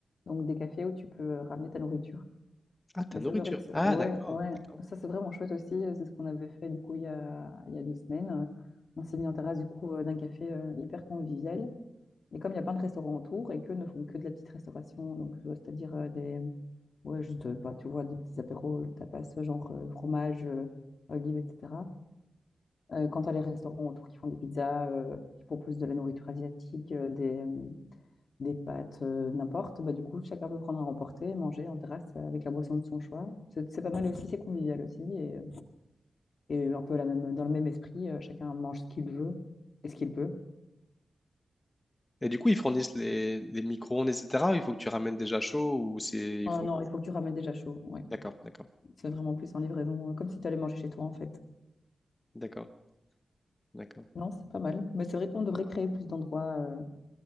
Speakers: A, on the left; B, on the left.
A: Donc, des cafés où tu peux euh, ramener ta nourriture.
B: Ah, ta
A: Et
B: nourriture.
A: ça, c'est vrai que c'est-
B: Ah,
A: ouais,
B: d'accord.
A: ouais.
B: d'accord.
A: Ça, c'est vraiment chouette aussi. Euh, C'est ce qu'on avait fait du coup il y a, il y a deux semaines. Euh, On s'est mis en terrasse du coup euh, d'un café euh, hyper convivial. Et comme il y a plein de restaurants autour et qu'eux ne font que de la petite restauration, donc euh, c'est-à-dire euh, des, ouais, juste, euh, bah, tu vois, des petits apéros, euh, tapas, genre euh, fromage, euh, olives, etc. Euh, quand tu as les restaurants autour qui font des pizzas, euh, qui proposent de la nourriture asiatique, euh, des, des pâtes, euh, n'importe, bah, du coup, chacun peut prendre à emporter, manger en terrasse euh, avec la boisson de son choix. C'est c'est pas mal aussi, c'est convivial aussi. Et, et un peu la même, dans le même esprit, euh, chacun mange ce qu'il veut et ce qu'il peut.
B: Et du coup, ils fournissent les, les micro-ondes, etc. ou Il faut que tu ramènes déjà chaud ou c'est
A: Oh
B: il faut.
A: non, il faut que tu ramènes déjà chaud. Ouais.
B: D'accord, d'accord,
A: C'est vraiment plus en livraison, euh, comme si tu allais manger chez toi en fait.
B: d'accord, d'accord.
A: Non, c'est pas mal. Mais c'est vrai qu'on devrait créer plus d'endroits euh,